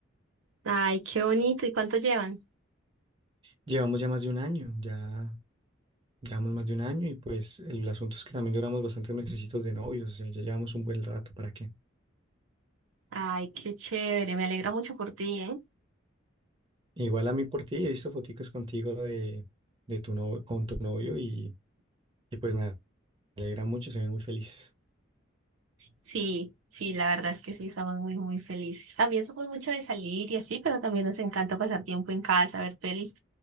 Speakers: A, on the right; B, on the right.
A: ay, qué bonito, ¿y cuánto llevan?
B: Llevamos ya más de un año, ya llevamos más de un año y pues el asunto es que también duramos bastantes mesecitos de novios, o sea, ya llevamos un buen rato, ¿para qué?
A: Ay, qué chévere, me alegra mucho por ti, ¿eh?
B: Igual a mí por ti, he visto foticos contigo de, de tu novio, con tu novio y, y pues me alegra mucho, se ven muy felices.
A: Sí, sí, la verdad es que sí, estamos muy, muy felices. También somos mucho de salir y así, pero también nos encanta pasar tiempo en casa, ver pelis,